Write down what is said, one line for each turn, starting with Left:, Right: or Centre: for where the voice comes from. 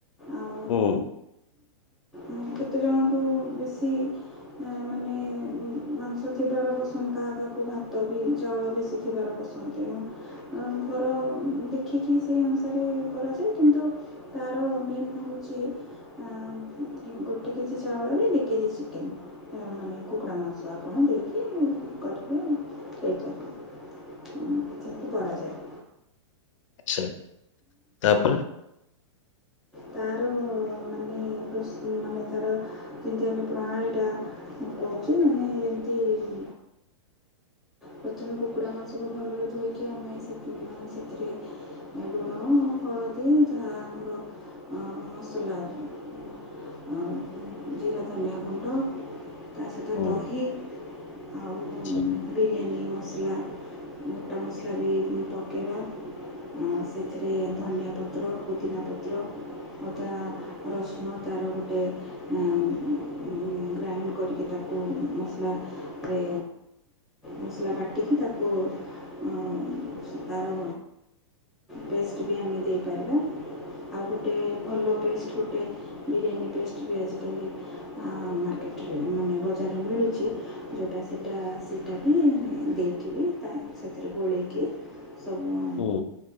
Centre: ଆଉ
Left: ହୁଁ।
Centre: ଉଁ କେତେଜଣଙ୍କୁ ବେଶୀ ମାନେ-ଏ, ମାଂସ ଥିବାର ପସନ୍ଦ କାହା କା ତା କୁ ଭାତ ବି ଚାଉଳ ବେଶୀ ଥିବାର ପସନ୍ଦ। ତେଣୁ ଘର ଦେଖିକି, ସେଇ ଅନୁସାରେ କରାଯାଏ। କିନ୍ତୁ ତାର ମେନ୍ ହଉଚି ଅଁ ଗୋଟେ କେଜି ଚାଉଳରେ ଦି କେଜି ଚିକେନ୍। ଅଁ ମାନେ କୁକୁଡ଼ା ମାଂସ ଆପଣ ଦେଇକି କରି ଉଁ ସେଇଟାକୁ, ଉଁ ସେମତି କରାଯାଏ।
Left: ଛା ତାପରେ
Centre: ତାର-ଅ ମାନେ ପ୍ରସ୍ ମାନେ ତାର ଯେମିତି, ଆମେ ପ୍ରଣାଳୀଟା ମୁଁ କହୁଛି ମାନେ, ଯେମିତି-ଇଁ ପ୍ରଥମେ କୁକୁଡ଼ା ମାଂସକୁ ଭଲରେ ଧୋଇକି ଆମେ ସେତ୍, ମାନେ ସେଥିରେ ଲୁଣ, ହଳଦୀ ତି ଯାହା ଆମର ଅଁ ମସଲା ଉଁ ଉ ଜିରା ଧନିଆ ଗୁଣ୍ଡ ତା ସହିତ
Left: ହୁଁ
Centre: ଦହି ଆଉ ଉଁ
Left: ଆଚ୍ଛା
Centre: ବିରିୟାନୀ ମସଲା, ମୋଟା ମସଲା ବି ଉଁ ପକେଇବା। ଅଁ, ସେଥିରେ ଧନିଆ ପତ୍ର, ପୁଦିନା ପତ୍ର ଅଦା ରସୁଣ ତାର ଗୋଟେ ଏଁ ଗ୍ରାଇଣ୍ଡ କରିକି ତାକୁ ମସଲାରେ ମସଲା ବାଟିକି ତାକୁ ଉଁ ତାର ପେଷ୍ଟ ବି ଆମେ ଦେଇପାରିବା। ଆଉ, ଗୋଟେ ଭଲ ପେଷ୍ଟ ଗୋଟେ ବିରିୟାନୀ ପେଷ୍ଟ ବି ଆଜିକାଲି ଆଁ ମାର୍କେଟରେ ମାନେ ବଜାରରେ ମିଳୁଛି ଜୋଉଟା ସେଟା ସେଟା ବି ଦେଇକି ବି, ତା ସେଥିରେ ଗୋଳେଇକି ସବୁଁ
Left: ହୁଁ।